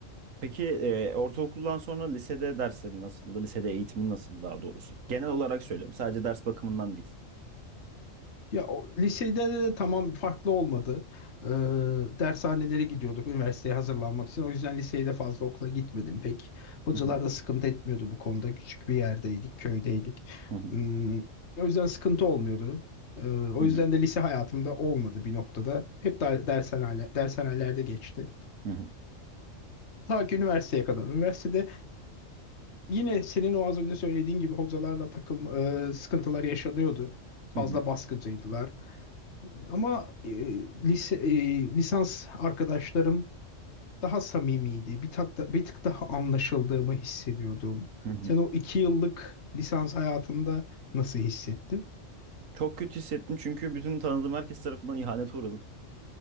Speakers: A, on the right; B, on the left.
A: Peki e, ortaokuldan sonra lisede derslerin nasıldı? Lisede eğitimin nasıldı daha doğrusu? Genel olarak söylüyorum. Sadece ders bakımından değil.
B: Ya o, lisede de tamam farklı olmadı. Ee, dershanelere gidiyorduk üniversiteye hazırlanmak için. O yüzden liseyi de fazla okula gitmedim pek. Hocalar
A: Hı hı,
B: da sıkıntı etmiyordu bu konuda. Küçük bir yerdeydik, köydeydik.
A: hı hı,
B: Hmm, o yüzden sıkıntı olmuyordu. Ee, o
A: hı
B: yüzden
A: hı,
B: de lise hayatımda olmadı bir noktada. Hep der- dershanele, dershanelerde geçti.
A: hı hı,
B: Ta ki üniversiteye kadar. Üniversitede yine senin o az önce söylediğin gibi hocalarla takılma, e, sıkıntılar yaşanıyordu. Fazla
A: hı hı,
B: baskıcıydılar. Ama e, lise e, lisans arkadaşlarım daha samimiydi. Bir tak da, bir tık daha anlaşıldığımı hissediyordum.
A: hı hı.
B: Sen o iki yıllık lisans hayatında nasıl hissettin?
A: Çok kötü hissettim çünkü bütün tanıdığım herkes tarafından ihanete uğradım.